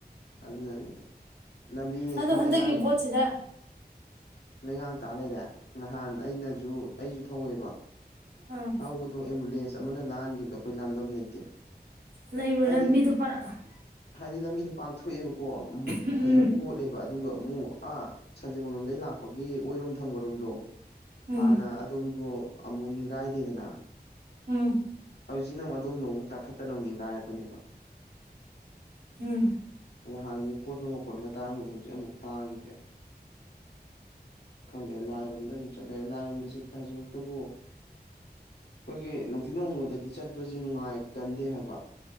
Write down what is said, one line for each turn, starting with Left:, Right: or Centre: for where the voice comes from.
Left: ꯑꯗꯨꯅꯅꯤꯗ ꯂꯝꯕꯤꯅꯤ
Right: ꯑꯗꯣ
Left: ꯁꯨꯝ
Right: ꯍꯟꯗꯛꯀꯤ
Left: ꯂꯩꯉꯥꯡ
Right: ꯕꯣꯠꯁꯤꯗ
Left: ꯂꯩꯉꯥꯡ ꯇꯥ ꯂꯩꯔꯦ ꯅꯍꯥꯟ ꯑꯩꯅꯁꯨ ꯑꯩꯁꯨ ꯊꯧꯋꯦꯕ
Right: ꯎꯝ
Left: ꯊꯧꯕꯗꯣ ꯑꯦꯝꯕꯨꯂꯦꯟꯁ ꯆꯞ ꯑꯃꯅ ꯂꯍꯥꯟꯈꯤꯕꯗ ꯑꯩꯈꯣꯏ ꯂꯥꯟꯐꯝ ꯂꯩꯇꯦ
Right: ꯅ ꯃ
Left: ꯍꯥꯏꯗꯤ
Right: ꯂꯝꯝꯕꯤꯗꯨ ꯄꯔ <unintelligible>
Left: ꯍꯥꯏꯗꯤ ꯂꯝꯕꯤꯗꯨ ꯄꯥꯡꯊꯣꯛꯑꯦꯕꯀꯣ
Right: ꯎꯝ
Left: ꯐꯖꯅ ꯀꯣꯠꯂꯦꯕ ꯑꯗꯨꯒ ꯑꯃꯨꯛ ꯑꯥ ꯁꯟꯖꯦꯟꯐꯝ ꯂꯣꯝꯗꯒꯤꯩ ꯂꯥꯛꯄꯒꯤ ꯑꯣꯏꯔꯣꯝ ꯊꯥꯡꯕꯔꯣꯝꯗꯣ
Right: ꯎꯝ
Left: ꯍꯥꯟꯅ ꯑꯗꯣꯝꯗꯣ ꯑꯃꯨꯛ ꯅꯤꯡꯈꯥꯏꯗꯦꯗꯅ
Right: ꯎꯝ
Left: ꯍꯧꯖꯤꯛꯁꯤꯅꯃꯨꯛ ꯑꯗꯣꯝꯗ ꯑꯃꯨꯛ ꯇꯥꯈꯠꯇꯅ ꯅꯤꯡꯈꯥꯏꯔꯛꯄꯅꯦꯕ
Right: ꯎꯝ
Left: ꯑꯗ ꯍꯥꯟꯅꯩ ꯀꯣꯠꯄ ꯃꯣꯟꯈꯣꯜꯒ ꯇꯥꯔꯝꯕꯗ ꯍꯧꯖꯤꯛ ꯑꯃꯨꯛ ꯇꯥꯈꯤꯗ꯭ꯔꯦ ꯈꯪꯗꯦ ꯂꯥꯏꯔꯣꯝꯗ ꯆꯠꯂꯦ ꯂꯥꯏꯔꯣꯝꯗ ꯆꯠꯄ ꯍꯥꯏꯁꯤꯃꯛꯇꯕꯨ ꯑꯩꯈꯣꯏꯒꯤ ꯅꯨꯡꯊꯤ ꯅꯣꯡꯃꯪꯅꯗꯗꯤ ꯆꯠꯄꯁꯦ ꯅꯨꯡꯉꯥꯏ ꯀꯟꯗꯦ ꯍꯥꯏꯕ